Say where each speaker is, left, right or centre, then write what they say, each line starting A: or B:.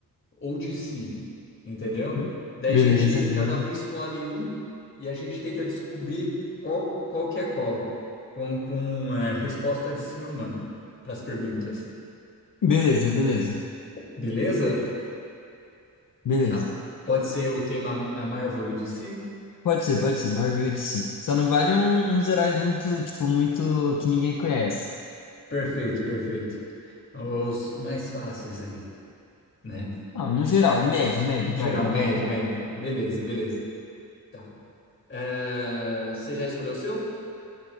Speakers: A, on the left; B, on the left.
A: ou DC, entendeu?
B: Be-
A: Daí
B: Beleza,
A: a gente,
B: beleza.
A: cada um escolhe um e a gente tenta descobrir qual, qual que é qual, com, com eh, resposta de sim ou não para as perguntas.
B: Beleza, beleza,
A: Beleza?
B: beleza.
A: Tá. Pode ser o tema a Marvel e DC?
B: Pode ser, pode ser, Marvel e DC. Só não vale um- uns heróis muito, tipo, muito que ninguém conhece.
A: Perfeito, perfeito. Os mais fáceis aí, né?
B: Não, no geral, médio,
A: No
B: médio,
A: no geral,
B: vai, médio.
A: médio, médio. Beleza, beleza. Tá. Eh, você já escolheu o seu?